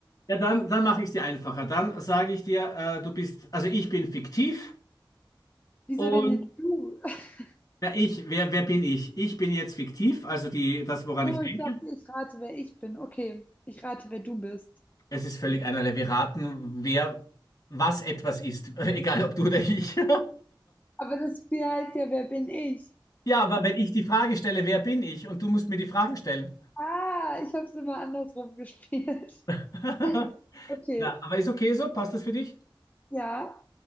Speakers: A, on the left; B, on the left.
A: Ja, dann, dann mache ich es dir einfacher. Dann sage ich dir, äh, du bist, also ich bin fiktiv.
B: <laughs> Wieso
A: und
B: denn jetzt du? <laughs>
A: Ja, ich, wer, wer bin ich? Ich bin jetzt fiktiv, also die, das, woran
B: So,
A: ich denke.
B: ich dachte, ich rate, wer ich bin. Okay, ich rate, wer du bist.
A: Es ist völlig einerlei. Wir raten, wer was etwas ist, <laughs> egal ob du oder ich. <laughs>
B: Aber das Spiel heißt ja, wer bin ich?
A: Ja, aber wenn ich die Frage stelle, wer bin ich? Und du musst mir die Fragen stellen.
B: Ah, ich habe es immer andersrum gespielt.
A: <laughs>
B: <laughs> Okay,
A: Na, aber ist okay so? Passt das für dich?
B: ja.